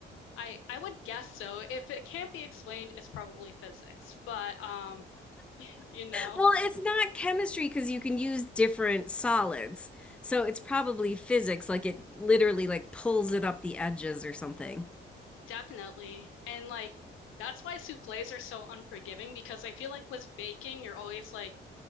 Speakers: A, on the left (about 90°); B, in the centre.
A: I I would guess so. If it can't be explained, it's probably physics. But um, <laughs> you know,
B: Well, it's not chemistry because you can use different solids. So it's probably physics, like it literally like pulls it up the edges or something.
A: definitely. And like that's why soufflés are so unforgiving because I feel like with baking, you're always like